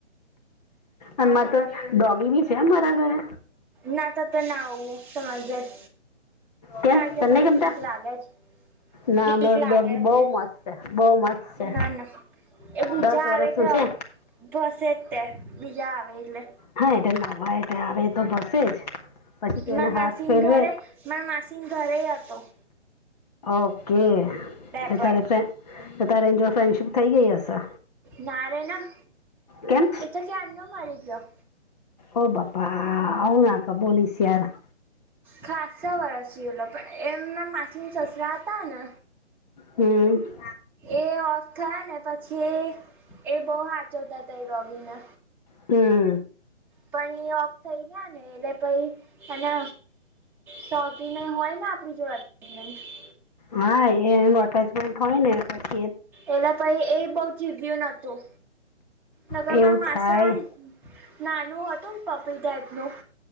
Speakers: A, on the left; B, in the centre.
A: અમારે તો ડોગી બી છે, મારા ઘરે
B: ના તો તો ના આવું સમજયા
A: કેમ
B: કારણ કે
A: તને
B: મને
A: નહીં ગમતા
B: બીક લાગે જ
A: ના
B: બીક
A: અમારું
B: લાગે
A: ડોગી બહુ
B: મને
A: મસ્ત છે બહુ મસ્ત છે
B: ના ના એ બીજા
A: દસ વર્ષનું
B: આવે એટલે
A: છે
B: ભોસે તે બીજા આવે એટલે
A: હા એટલે નવા એ આવે તો ભસે જ પછી તું
B: મારા
A: એને
B: માસીન
A: હાથ ફેરવે
B: ઘરે મારા માસીન ઘરે હતો
A: ઓકે
B: રેપડ
A: તારે ફેરે તારે એજ ફ્રેન્ડશિપ થઇ ગઈ હશે
B: ના રે ના
A: કેમ
B: એ તો કયારનો મારી ગયો
A: ઓ બાપા આવ ના <unintelligible>
B: ખાસા વરસ ઓલ પણ એમના માછન સસરા હતા ને
A: હમ.
B: એ ઓફ થયા ને પછી એ બો હાચોવતાતા ડોગીને
A: હમ.
B: પણી ઈ ઓફ થઈ ગયા ને એટલે પહી એને શોકી ને હોય ને આપડી જો <unintelligible>
A: હા એ એનું અટેચમેન્ટ હોય ને પ
B: એલા પહી એ બો ચીવયુ નતું નગરમાં
A: એવું
B: માસા
A: થાય
B: નાનું હતું પપી ટાઈપનુ